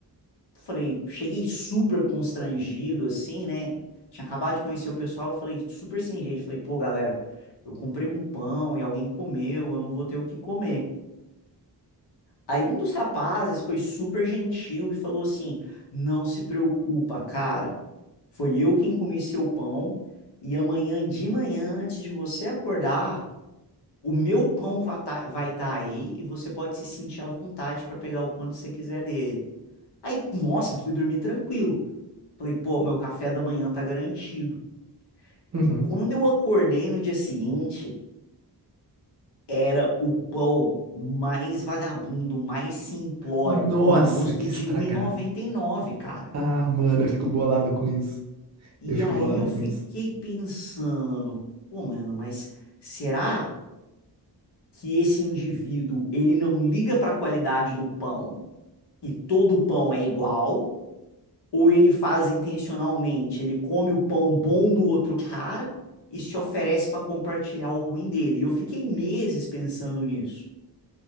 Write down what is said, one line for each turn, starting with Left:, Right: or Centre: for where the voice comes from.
Left: falei, cheguei super constrangido, assim, né? Tinha acabado de conhecer o pessoal, eu falei, super sem jeito, falei, pô, galera. Eu comprei um pão e alguém comeu, eu não vou ter o que comer. Aí um dos rapazes foi super gentil e falou assim: Não se preocupa, cara. Foi eu quem comi seu pão. E amanhã de manhã, antes de você acordar, o meu pão va- tá- vai estar aí e você pode se sentir à vontade para pegar o quanto você quiser dele. Aí, nossa, fui dormir tranquilo. Falei, pô, meu café da manhã tá garantido.
Right: Uhum.
Left: E quando eu acordei no dia seguinte, era o pão mais vagabundo, mais simplório,
Right: Nossa,
Left: com gosto
Right: que
Left: de
Right: estragado.
Left: um e e noventa e nove, cara.
Right: Ah, mano, eu fico bolado com isso.
Left: E
Right: Eu fico
Left: aí
Right: bolado
Left: eu
Right: com
Left: fiquei
Right: isso.
Left: pensando, pô, mano, mas será que esse indivíduo, ele não liga para a qualidade do pão e todo pão é igual? Ou ele faz intencionalmente, ele come o pão bom do outro cara e se oferece para compartilhar o ruim dele? E eu fiquei meses pensando nisso.